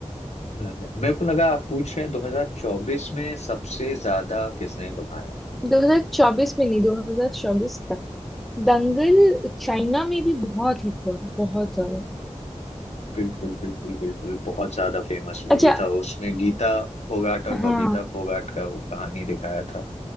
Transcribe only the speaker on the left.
हम्म, मेरे को लगा आप पूछ रहे हैं 2024 में सबसे ज्यादा किसने कमाया
बिल्कुल बिल्कुल बिल्कुल बहुत ज्यादा फेमस मूवी
था उसमें गीता फोगाट और
बबीता फोगाट का वो कहानी दिखाया था